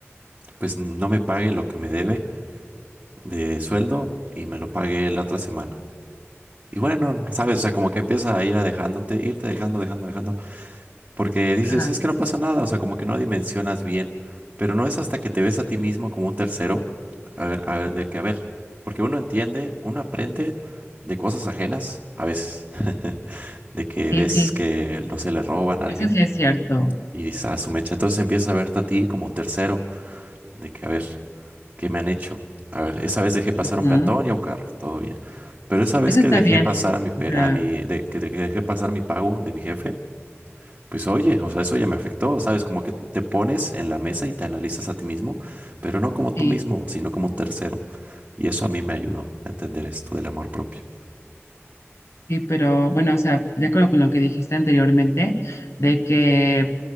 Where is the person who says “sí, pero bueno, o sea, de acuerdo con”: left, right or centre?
Left